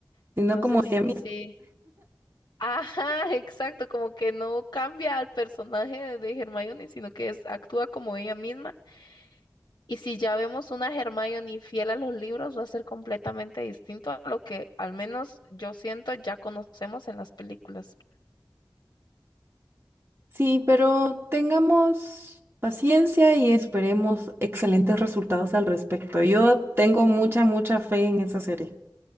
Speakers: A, on the right; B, on the left.
A: sino
B: Entonces,
A: como ella misma.
B: sí, ajá, <laughs> exacto, como que no cambia al personaje de, de Hermione, sino que es, actúa como ella misma. Y si ya vemos una Hermione fiel a los libros, va a ser completamente distinto a lo que al menos yo siento ya conocemos en las películas.
A: Sí, pero tengamos paciencia y esperemos excelentes resultados al respecto. Yo tengo mucha, mucha fe en esa serie.